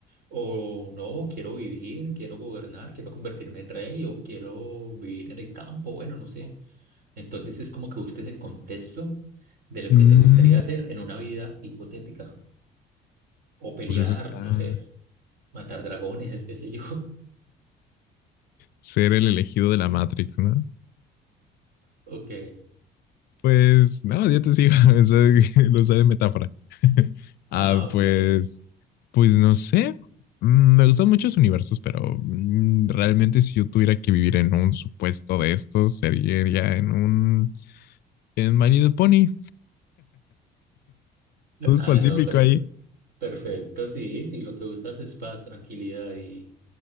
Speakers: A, on the right (about 60°); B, on the left (about 70°).
A: o no, quiero vivir, quiero gobernar, quiero convertirme en rey, o quiero vivir en el campo, bueno, no sé. Entonces es como que busques el contexto de lo
B: mm,
A: que te gustaría hacer en una vida hipotética, o pelear,
B: pues eso está
A: no sé, matar dragones, <laughs> qué sé yo. <laughs>
B: ser el elegido de la Matrix, ¿no?
A: Ok,
B: Pues no, yo te sigo, <laughs> eso <laughs> lo usé de metáfora. <laughs> ah,
A: ah, ok.
B: pues, pues no sé. Mm, Me gustan muchos universos, pero mm, realmente si yo tuviera que vivir en un supuesto de estos, sería en un en My Little Pony. Todo es
A: Ah,
B: pacífico
A: no, perfecto.
B: ahí.
A: Perfecto, sí, sí, lo que buscas es paz, tranquilidad y,